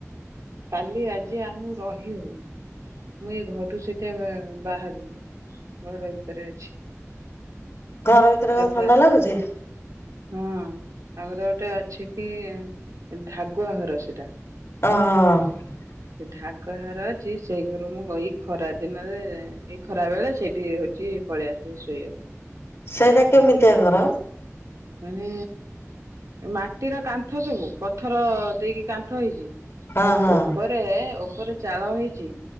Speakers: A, on the right (about 85°); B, on the left (about 55°).
A: କାଲି ଆଜି ଆଉ ରହି ହଉନି। ମୁଁ ଏଇ ଘରୁ ସେତ ବାହାରୁନ ଘର ଭିତରେ ଅଛି।
B: ଘର ଭିତରେ
A: ଚାରିଟା
B: କ ଥଣ୍ଡା ଲାଗୁଛେ।
A: ହଁ ଆମର ଗୋଟେ ଅଛି କି ଧାଗୁଆ ଘର ସେଟା।
B: ଓହୋ।
A: ସେ ଢାଗହାର ଅଛି ସେଇ ଘରୁ ମୁଁ ଏଇ ଖରା ଦିନରେ ଏଇ ଖରା ବେଳେ ସେଇଠି ହଉଛି ପଳେଇଆସ ଶୋଇବାକୁ।
B: ସେଇଟା କେମିତିଆ ଘର।
A: ମାନେ ମାଟିର କାନ୍ଥ ସବୁ ପଥର ଦେଇକି କାନ୍ଥ ହେଇଛି।
B: ହଁ ହଁ
A: ଉପର ଏ ଉପରେ ଚାଳ ହେଇଛି।